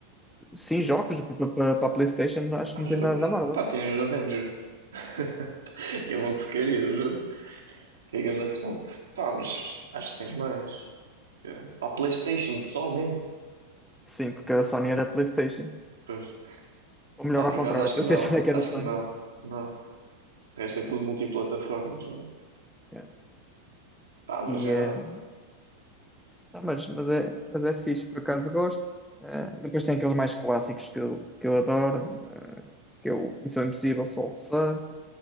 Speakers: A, in the centre; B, on the right.
A: Sim, jogos para a PlayStation, acho
B: Há
A: que não
B: jogos.
A: tens nada da Marvel.
B: Pá, tem os Avengers. <laughs> Que é uma porcaria o jogo. Que é ganda
A: Pronto.
B: flop. Pá, mas acho que tens mais. Que- é, Pá, PlayStation somente.
A: Sim, porque a Sony era a PlayStation.
B: Pois.
A: Ou melhor,
B: Pá, por
A: ao
B: acaso
A: contrário,
B: acho
A: a PlayStation
B: que não.
A: é que
B: Acho
A: era a
B: que
A: Sony.
B: não. Não. O resto é
A: Yeah,
B: tudo multiplataformas. né?
A: yeah.
B: Pá, mas
A: E,
B: já.
A: eh, ah, mas, mas, é, mas é fixe, por acaso gosto. Eh, depois tem aqueles mais clássicos que eu, que eu adoro, eh, que eu, Missão Impossível, sou de fã.